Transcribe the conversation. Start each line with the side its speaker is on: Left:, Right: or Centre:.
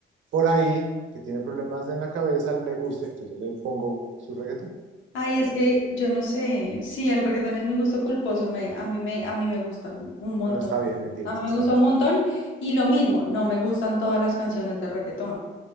Right: por ahí que tiene problemas en la cabeza le gusta, entonces yo le pongo su reggaetón.
Left: ay, es que yo no sé, sí, el reggaetón es mi gusto culposo, me, a mí me, a mí me gusta un montón.
Right: No, está bien, mentiras,
Left: A mí
Right: está
Left: me gusta
Right: bien.
Left: un montón y lo mismo, no me gustan todas las canciones de reggaetón.